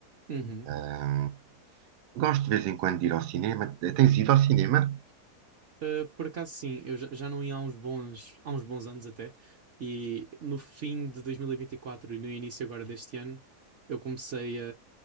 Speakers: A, on the right; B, on the right.
A: Uhum.
B: Ah, gosto de vez em quando de ir ao cinema. Tens ido ao cinema?
A: Uh, por acaso sim, eu já, já não ia há uns bons, há uns bons anos até, e no fim de 2024 e vinte e quatro e no início agora deste ano, eu comecei a,